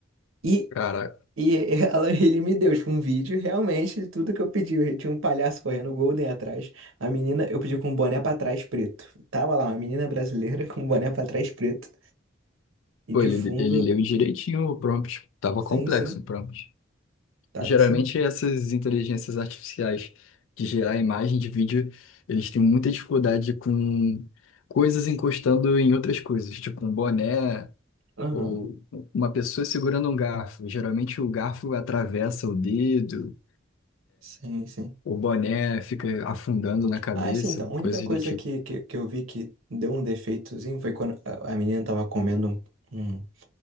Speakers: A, on the right; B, on the left.
A: E,
B: Cara,
A: e ela- <laughs> ele me deu tipo, um vídeo, realmente, de tudo que eu pedi. Eu tinha um palhaço correndo, o Golden atrás. A menina, eu pedi com um boné pra trás preto. Tava lá, uma menina brasileira <laughs> com um boné pra trás preto. E
B: pô,
A: de
B: ele,
A: fundo,
B: ele leu direitinho o prompt. Tava
A: sim,
B: complexo
A: sim,
B: o prompt.
A: tá,
B: Geralmente
A: sim.
B: essas inteligências artificiais de gerar imagem de vídeo, eles têm muita dificuldade com coisas encostando em outras coisas, tipo um boné
A: Aham.
B: ou uma pessoa segurando um garfo. Geralmente o garfo atravessa o dedo,
A: Sim, sim.
B: o boné fica afundando na cabeça,
A: Ah, é sim, então, a única
B: coisas
A: coisa
B: do tipo.
A: que, que, que eu vi que deu um defeitozinho foi quando a, a menina tava comendo um, um,